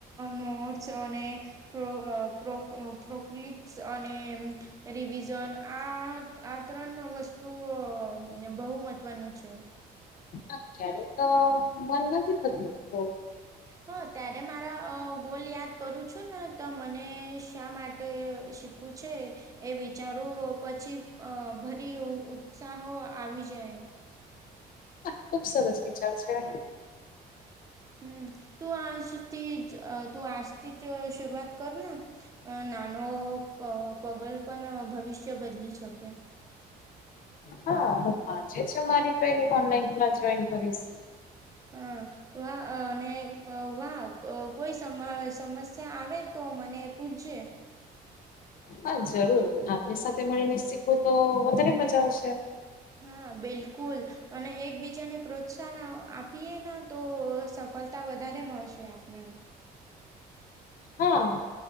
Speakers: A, on the right; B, on the left.
A: નોટ્સ અને પ્રો અ પ્રોફ પ્રોક્ર્રીટસ અને રિવિઝન આ આ ત્રણ વસ્તુ બહુ મહત્વનું છે.
B: હા ક્યારે તો મન નથી થતું તો.
A: હં ત્યારે મારા ગોલ યાદ કરું છું ને તો મને શા માટે શીખવું છે એ વી વીચારું પછી અ ભરી ઉત્સાહો આવી જાય.
B: આ ખુબ સરસ વિચાર છે.
A: હમ્મ તું આજતી જ તું આજથી જ શરઆત કર ન. અ નાનો પ પગલ પણ ભવિષ્ય બદલી શકે.
B: હા હું આજે છે મારી પેલી ઓનલાઈન ક્લાસ જોઈન કરીશ.
A: અ વહાં અ અને વાહ કોઈ સમ સમસ્યા આવે તો. મને એ પૂછજે.
B: હા જરૂર આપની સાથે મળીને શીખવું તો વધારે મજા આવશે.
A: હા બિલકુલ. અને એકબીજાને પ્રોત્સાહન આપીએ ન તો સફળતા વધારે મળશે આપને.
B: હા